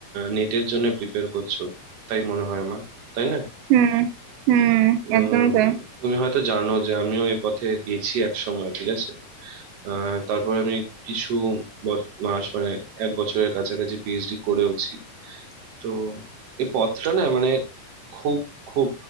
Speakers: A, on the right; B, on the right.
A: নেটের জন্য প্রিপেয়ার করছো তাই মনে হয় আমার তাই না
B: হুম হুম
A: উম
B: একদমই তাই
A: তুমি হয়তো জানো যে আমিও এ পথে গেছি এক সময় ঠিক আছে আহ, তারপর আমি কিছু বছ- মাস মানে এক বছরের কাছাকাছি পিএইচডি করেওছি তো এই পথটা না মানে খুব খুব